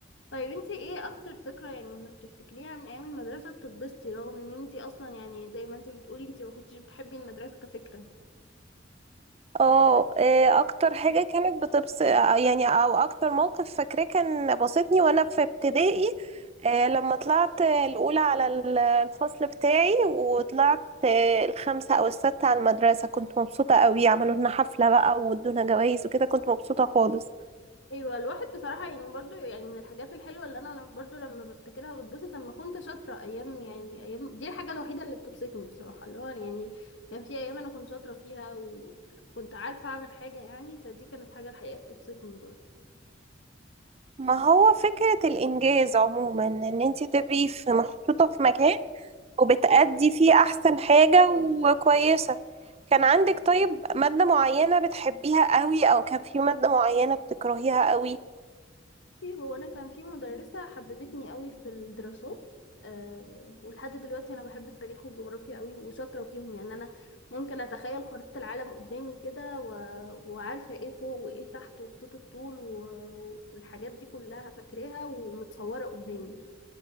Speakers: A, on the left; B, on the right.
A: طيب انتي ايه اكتر ذكرى يعني ما بتفتكريها من ايام المدرسة بتتبسطي رغم ان انتي اصلا يعني زي ما انتي بتقولي انتي ما كنتيش بتحبي المدرسة كفكرة
B: اه آه، اكتر حاجه كانت بتبس يعني او اكتر موقف فاكراه كان بسطني وانا في ابتدائي آه، لما طلعت الاولى على ال- الفصل بتاعي وطلعت آه، الخامسه او السادسه على المدرسه كنت مبسوطه قوي عملوا لنا حفله بقى وادونا جوائز وكده كنت مبسوطه خالص
A: ايوه الواحد بصراحة يعني برضو يعني من الحاجات الحلوة اللي انا انا برضو لما بفتكرها بتبسط لما كنت شاطرة ايام يعني ايام دي الحاجة الوحيدة اللي بتبسطني بصراحة اللي هو يعني كان في ايام انا كنت شاطرة فيها وكنت عارفة اعمل حاجة يعني فدي كانت حاجة الحقيقة بتبسطني برضو
B: ما هو فكره الانجاز عموما ان انت تبقي في محطوطه في مكان وبتأدي فيه أحسن حاجة وكويسة كان عندك طيب مادة معينة بتحبيها قوي أو كان في مادة معينة بتكرهيها قوي
A: بصي، هو انا كان في مدرسه حببتني قوي في الدراسات أه ولحد دلوقتي انا بحب التاريخ والجغرافيا قوي وشاطره فيهم يعني انا ممكن اتخيل خريطه العالم قدامي كده و... وعارفه ايه فوق وايه تحت وخطوط الطول و... والحاجات دي كلها فاكراها ومتصوره قدامي